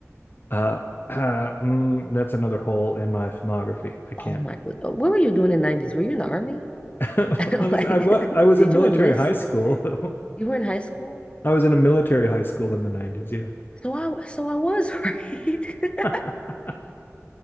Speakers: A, on the left (about 45°); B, on the left (about 20°).
A: Uh, uh mm, that's another hole in my filmography. I can't.
B: Oh my, what were you doing in the 90s? Were you in the army?
A: <laughs> I
B: <laughs>
A: was
B: Like,
A: I was I was
B: <laughs> did
A: in military
B: you enlist?
A: high school.
B: You were in high school?
A: <laughs> I was in a military high school in the 90s, yeah.
B: So I so I was, <laughs> right? <laughs>
A: <laughs>